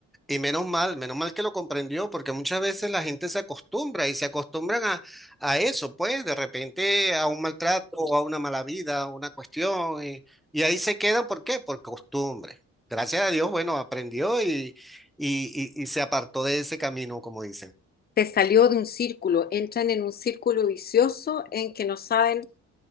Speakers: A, in the centre; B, on the left.
A: Y menos mal, menos mal que lo comprendió, porque muchas veces la gente se acostumbra y se acostumbran a, a eso, pues de repente a un maltrato o a una mala vida, a una cuestión, y, y ahí se quedan, ¿por qué? Por costumbre. Gracias a Dios, bueno, aprendió y, y, y, y se apartó de ese camino, como dicen.
B: Se salió de un círculo, entran en un círculo vicioso en que no saben